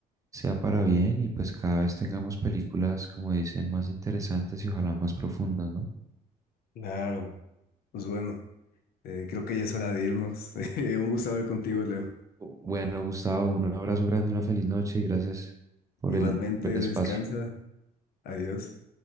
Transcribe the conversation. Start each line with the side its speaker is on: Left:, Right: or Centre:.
Right: sea para bien y pues cada vez tengamos películas, como dicen, más interesantes y ojalá más profundas, ¿no?
Left: Claro, pues bueno. Eh, creo que ya es hora de irnos. <laughs> Un gusto hablar contigo, Leo.
Right: Bueno, Gustavo, un abrazo grande, una feliz noche y gracias por
Left: Igualmente,
Right: el, por el
Left: descansa.
Right: espacio.
Left: Adiós.